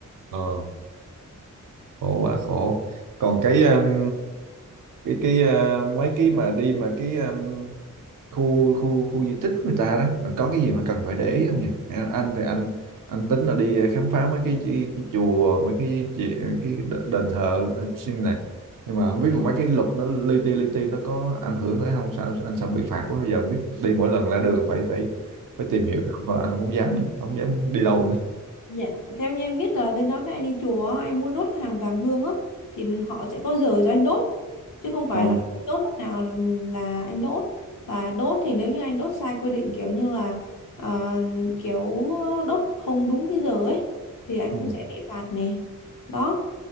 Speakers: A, on the right; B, on the left.
A: ờ, khổ quá khổ. Còn cái um, cái cái uh, mấy cái mà đi mà cái um, khu khu khu di tích của người ta đó mình có cái gì mà cần phải để ý không nhỉ anh, anh thì anh anh tính là đi ờ, khám phá mấy cái, cái, cái chùa mấy cái cái, cái đ- đền thờ ờ, xin này nhưng mà không biết là mấy cái luật nó li ti li ti nó có ảnh hưởng tới không sao anh sợ bị phạt quá giờ không biết đi mỗi lần ra đường phải phải phải tìm hiểu không Thôi anh cũng không dám không dám đi đâu nữa
B: Dạ, theo như em biết là bên đó anh đi chùa, á, anh muốn đốt hàng vàng hương á, thì họ sẽ có giờ cho anh đốt, chứ không phải
A: ờ
B: là anh đốt lúc nào là anh đốt. Và đốt thì nếu như anh đốt sai quy định kiểu như là ờ, kiểu đốt không đúng cái giờ ấy, thì anh
A: ừ.
B: cũng sẽ bị phạt này. Đó,